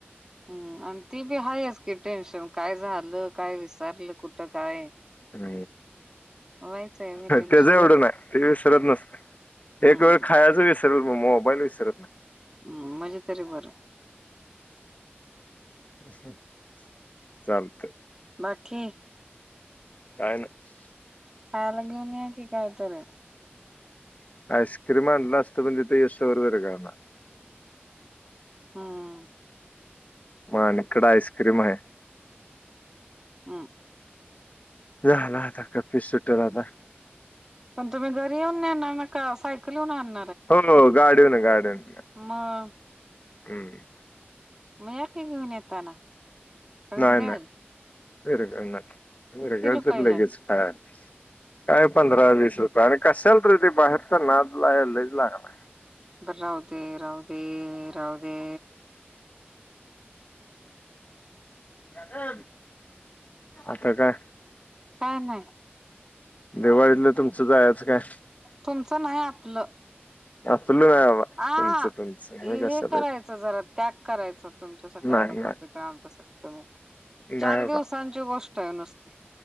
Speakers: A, on the right; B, on the left.
A: हं आणि ती बी आहेच की टेन्शन काय झालं काय विसरलं कुठं काय?
B: ह
A: व्हायचंय मी टेन्शन
B: त्याच एवढं नाही ते विसरत नसत
A: हम्म
B: एक वेळ खायच विसर. र मग मोबाईल विसरत ना.
A: हं म्हणजे तरी बरं
B: हं चालतय
A: बाकी?
B: काय नाही
A: खायला घेऊन या कि कायतरी
B: आईस्क्रिम आणला असत पण तिथ यस वर वर करणार
A: हं!
B: माझ्याकड आईस्क्रीम आहे.
A: हं!
B: झाल आता कप्पी सुटल आता.
A: पण तुम्ही घरी येऊन नेणार का सायकल हुन आण
B: हो हो गाडीहुन गाडिहुन!
A: मग
B: हम.
A: मग याकी घेऊन येताना, तोवर
B: नाही
A: गळल
B: नाही विरघळणार, विरघळत
A: रुपयाला
B: लगेच
A: आहे
B: हा. काय पंधरा, वीस रुपये आणि कशाला तर ते बाहेरचा नाद लयच लागलाय.
A: बर राहु दे राहु दे राहु दे.
B: मॅडम आता काय?
A: काय नाही.
B: दिवाळीतलं तुमचं जायचं काय?
A: तुमचं नाही आपलं!
B: <inaudible> बाबा
A: आ
B: तुमचं
A: हा
B: तुमचं
A: हे
B: मी कशाला
A: करायचं जरा त्याग करायच तुमच्यासाठी आम्ही
B: नाही नाही
A: करतो, तर आमच्यासाठी तुम्ही करा,
B: नाही
A: चार दिवसांची
B: बाबा
A: गोष्ट आहे नुसती.